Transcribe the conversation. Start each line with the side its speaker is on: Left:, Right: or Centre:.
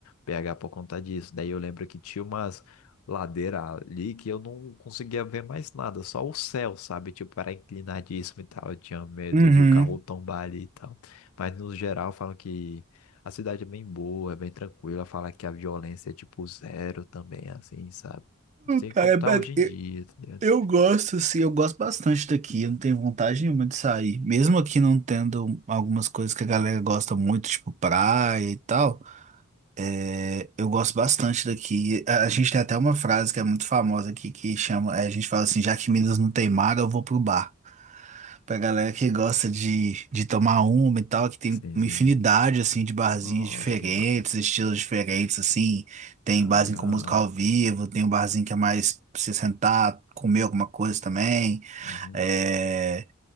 Left: BH por conta disso. Daí eu lembro que tinha umas ladeiras ali que eu não conseguia ver mais nada, só o céu, sabe? Tipo, era inclinadíssimo e tal. Eu tinha medo
Right: Uhum.
Left: de o carro tombar ali e tal. Mas no geral falam que a cidade é bem boa, é bem tranquila. Fala que a violência é tipo zero também, assim, sabe? Não sei
Right: Cara,
Left: como tá hoje em
Right: é,
Left: dia,
Right: é,
Left: tá ligado?
Right: Eu gosto, sim eu gosto bastante daqui. Eu não tenho vontade nenhuma de sair. Mesmo aqui não tendo algumas coisas que a galera gosta muito, tipo praia e tal, é, eu gosto bastante daqui. A, a gente tem até uma frase que é muito famosa aqui que chama: é, a gente fala assim, já que Minas não tem mar, eu vou pro bar. Pra galera que gosta de, de tomar uma e tal, que tem
Left: Sim,
Right: uma
Left: sim.
Right: infinidade, assim, de barzinhos
Left: Nossa,
Right: diferentes,
Left: que mano.
Right: estilos diferentes, assim. Tem
Left: Ah,
Right: barzinho
Left: legal.
Right: com música ao vivo, tem um barzinho que é mais pra você sentar, comer alguma coisa também.
Left: Uhum.
Right: É,